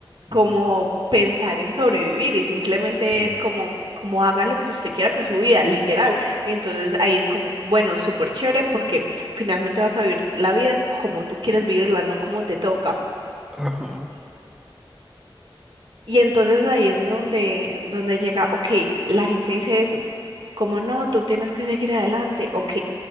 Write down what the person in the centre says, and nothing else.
ujú,
Sí.
Ajá.